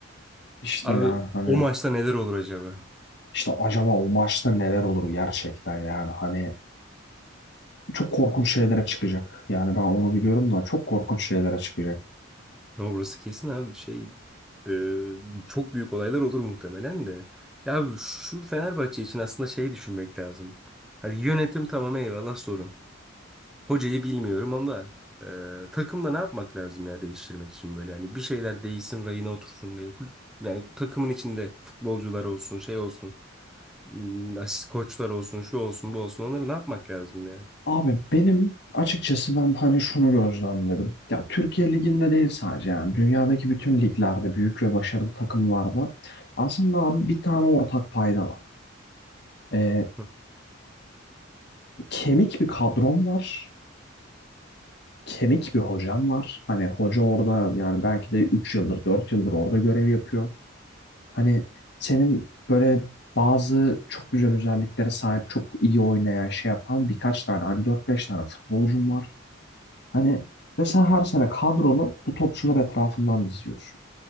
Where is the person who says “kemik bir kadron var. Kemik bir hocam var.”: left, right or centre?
Left